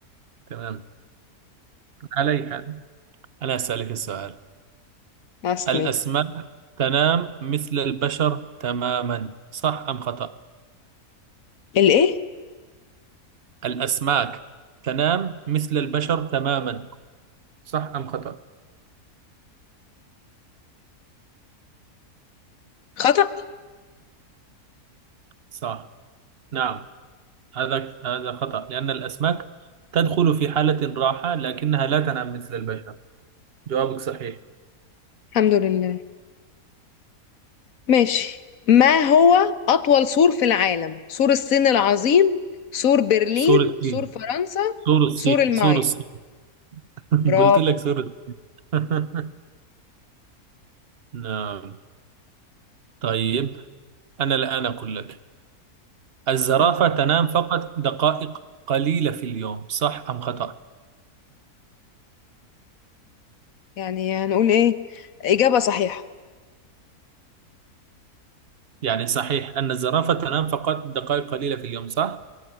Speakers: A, on the right (about 45°); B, on the left (about 65°).
A: تمام علي حال أنا أسألك السؤال
B: اسمي
A: الأسماك تنام مثل البشر تماما صح أم خطأ
B: الايه
A: الأسماك تنام مثل البشر تماما صح أم خطأ
B: خطأ
A: صح نعم هذا هذا خطأ لأن الأسماك تدخل في حالة راحة لكنها لا تنام مثل البشر جوابك صحيح
B: الحمد لله ماشي ما هو أطول سور في العالم سور الصين العظيم سور برلين
A: سور الصين
B: سور فرنسا
A: سور الصين
B: سور المايا
A: سور الصين <laughs>
B: برافو
A: قلت لك سور الصين. <laughs> نعم طيب أنا الآن أقول لك الزرافة
B: كلي
A: تنام فقط دقائق قليلة في اليوم صح أم خطأ؟
B: يعني هنقول ايه إجابة صحيحة
A: يعني صحيح أن الزرافة تنام فقط دقائق قليلة في اليوم صح؟